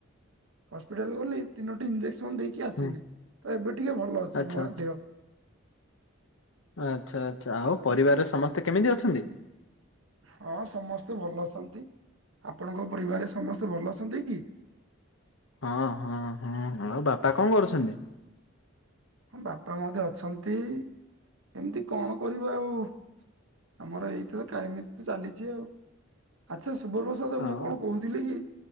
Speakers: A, on the right; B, on the left.
A: ହସ୍ପିଟାଲ ଗଲି ତିନୋଟି ଇଞ୍ଜେକ୍ସନ ଦେଇକି ଆସିଲି
B: ହୁଁ
A: ତ ଏବେ ଟିକେ ଭଲ ଅଛି
B: ଆଚ୍ଛା
A: ମହା
B: ଆଚ୍ଛା
A: ଦେହ।
B: ଆଚ୍ଛା ଆଚ୍ଛା ଆଉ ପରିବାରରେ ସମସ୍ତେ କେମିତି ଅଛନ୍ତି?
A: ହଁ ସମସ୍ତେ ଭଲ ଅଛନ୍ତି ଆପଣଙ୍କ ପରିବାରରେ ସମସ୍ତେ ଭଲ ଅଛନ୍ତିକି?
B: ହଁ ହଁ ହଁ ଆଉ ବାପା କଣ କରୁଛନ୍ତି?
A: ହଁ ବାପା ମଧ୍ୟେ ଅଛନ୍ତି ଏମିତି କଣ କରିବୁ ଆଉ ଆମର ଏଇଥରତ କାହିଏମିତିତ ଚାଲିଚି ଆଉ ଆଚ୍ଛା ଶୁଭପ୍ରସାଦ ମୁଁ
B: ଆଉ
A: କଣ କହୁଥିଲିକି